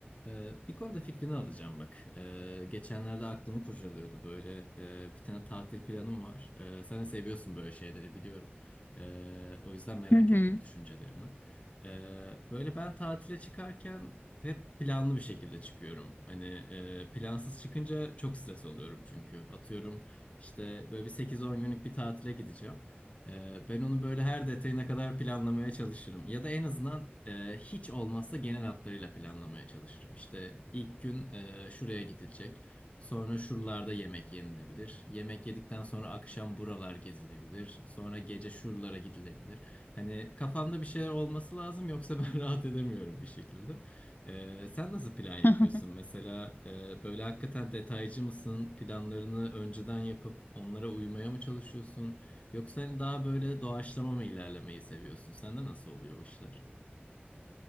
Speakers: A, on the left; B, on the left.
A: Ee, bir konuda fikrini alacağım bak. Ee, geçenlerde aklımı kurcalıyordu böyle. Ee, bir tane tatil planım var. Ee, sen de seviyorsun böyle şeyleri biliyorum. Ee, o yüzden merak
B: Hı hı.
A: ettim düşüncelerini. Ee, böyle ben tatile çıkarken hep planlı bir şekilde çıkıyorum. Hani e, plansız çıkınca çok stres oluyorum çünkü. Atıyorum işte böyle bir sekiz on günlük bir tatile gideceğim. Ee, ben onu böyle her detayına kadar planlamaya çalışırım. Ya da en azından e, hiç olmazsa genel hatlarıyla planlamaya çalışırım. İşte ilk gün e, şuraya gidilecek. Sonra şuralarda yemek yenilebilir. Yemek yedikten sonra akşam buralar gezilebilir. Sonra gece şuralara gidilebilir. Hani kafamda bir şeyler olması lazım yoksa ben <laughs> rahat edemiyorum bir şekilde. Ee, sen nasıl plan yapıyorsun?
B: <laughs>
A: Mesela e, böyle hakikaten detaycı mısın? Planlarını önceden yapıp onlara uymaya mı çalışıyorsun? Yoksa hani daha böyle doğaçlama mı ilerlemeyi seviyorsun? Sende nasıl oluyor o işler?